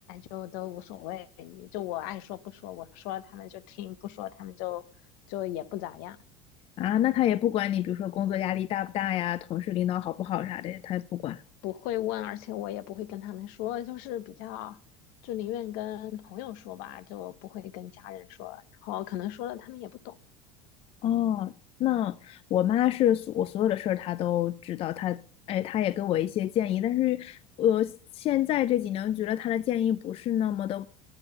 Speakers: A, on the left; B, on the left.
A: 就都无所谓，就我爱说不说，我说他们就听，不说他们就就也不咋样，
B: 啊，那他也不管你，比如说工作压力大不大呀，同事领导好不好啥的，他也不管。
A: 不会问，而且我也不会跟他们说，就是比较就宁愿跟朋友说吧，就不会跟家人说，然后可能说了他们也不懂。
B: 哦，那我妈是所我所有的事儿她都知道，她哎，她也给我一些建议，但是我现在这几年觉得她的建议不是那么的，